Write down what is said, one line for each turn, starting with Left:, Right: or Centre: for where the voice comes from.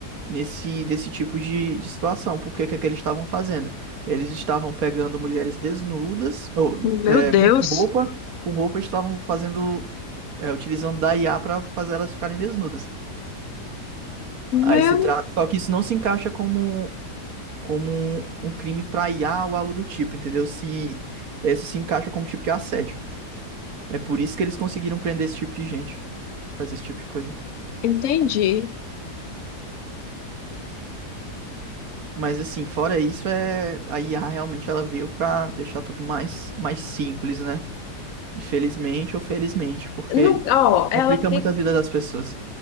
Right: nesse, desse tipo de, de situação. Por que que é que eles estavam fazendo? Eles estavam pegando mulheres desnudas, ou
Left: meu
Right: é,
Left: Deus,
Right: com roupa, com roupa estavam fazendo. é, utilizando da IA para fazer elas ficarem desnudas.
Left: meu,
Right: Aí se trata. Só que isso não se encaixa como como um, um crime pra IA ou algo do tipo, entendeu? Se isso se encaixa como tipo de assédio. É por isso que eles conseguiram prender esse tipo de gente, fazer esse tipo de coisa.
Left: entendi.
Right: Mas assim, fora isso, é a IA realmente ela veio pra deixar tudo mais mais simples, né? Infelizmente ou felizmente, porque
Left: Não, ó,
Right: complica
Left: ela fica,
Right: muito a vida das pessoas,